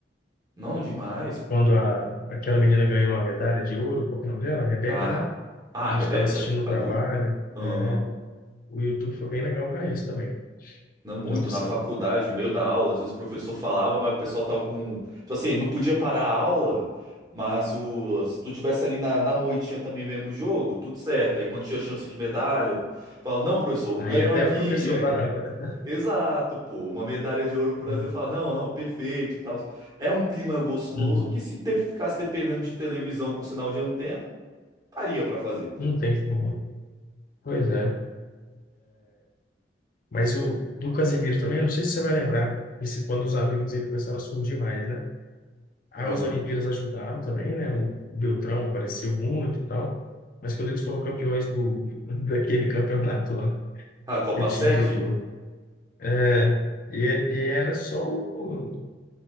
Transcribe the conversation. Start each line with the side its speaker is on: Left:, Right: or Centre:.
Right: Não, demais, pô.
Left: Quando a, aquela menina ganhou a medalha de ouro, qual que é o nome dela? Rebeca,
Right: Ah,
Left: né?
Right: ah,
Left: A
Right: a Rebeca,
Left: gente estava assistindo no
Right: a
Left: trabalho.
Right: do. Aham.
Left: é, O YouTube foi bem legal para isso também,
Right: Não muito,
Left: transmissão.
Right: na faculdade, meio da aula, às vezes o professor falava, mas o pessoal tava com. Tipo assim, não podia parar a aula, mas se, o... se tu tivesse ali na, na moitinha também vendo o jogo, tudo certo. Aí quando tinha chance de medalha, falava, não, professor,
Left: Aí
Right: ganhou
Left: até
Right: aqui.
Left: o professor
Right: Aí,
Left: parava,
Right: exato, pô, uma medalha de ouro pro Brasil.
Left: né?
Right: Falava, não, não, perfeito, tal. É um clima gostoso
Left: Uhum.
Right: que se de- ficasse dependendo de televisão com sinal de antena, daria pra fazer, pô.
Left: Não tem como. Pois é. Mas o do Casemiro também, eu não sei se você vai lembrar, esse, quando os amigos dele começaram a surgir mais, né? As
Right: Aham.
Left: Olimpíadas ajudaram também, né? O Beltrão apareceu muito e tal. Mas quando eles foram campeões do, <laughs> daquele campeonato lá
Right: A Copa
Left: que o time
Right: Sérgio?
Left: jogou. É, e, é- e era só o,